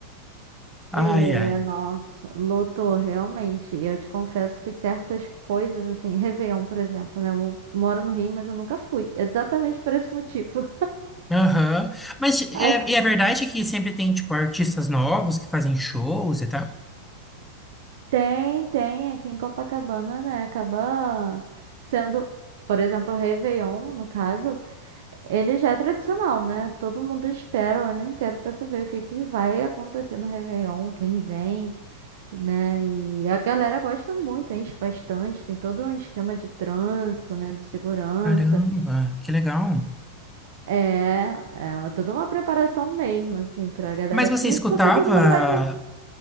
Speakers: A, on the right; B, in the centre.
A: É,
B: Ai, ai.
A: nossa, lotou realmente. Eu te confesso que certas coisas, assim, Réveillon, por exemplo, né? Eu moro no Rio, mas eu nunca fui, <laughs> exatamente por esse motivo.
B: Aham. Mas é,
A: <laughs> As-
B: e é verdade que sempre tem, tipo, artistas novos que fazem shows e tal?
A: tem, tem, aqui em Copacabana, né? Acaba sendo, por exemplo, o Réveillon, no caso, ele já é tradicional, né? Todo mundo espera o ano inteiro pra saber o que que vai acontecer no Réveillon, quem vem. né? E a galera gosta muito, enche bastante, tem todo um esquema de trânsito, né, de segurança.
B: Caramba, que legal.
A: É, é toda uma preparação mesmo, assim, pra galera
B: Mas
A: aqui,
B: você escutava,
A: porque todo mundo vai de...